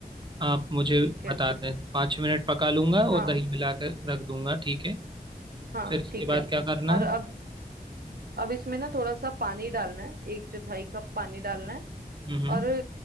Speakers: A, on the right; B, on the right.
A: आप मुझे
B: ठीक है
A: बता दें पाँच मिनट पका लूँगा और
B: हाँ
A: दही मिला के रख दूँगा ठीक है
B: हाँ
A: फिर इसके
B: ठीक
A: बाद
B: है
A: क्या करना
B: और
A: है
B: अब अब इसमें ना थोड़ा सा पानी डालना है एक चौथाई कप पानी डालना है
A: हम्म हम्म,
B: और